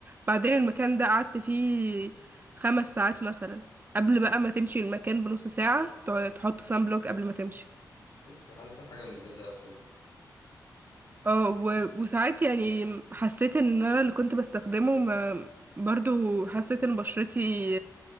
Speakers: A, on the right; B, on the left.
A: بعدين المكان ده قعدت فيه خمس ساعات مثلا قبل بقى ما تمشي المكان بنص ساعة تع- تحط سان بلوك قبل ما تمشي
B: بس حاسسها حاجة مجهدة أوي
A: اه و... وساعات يعني حسيت ان انا اللي كنت بستخدمه ما... برضو حسيت ان بشرتي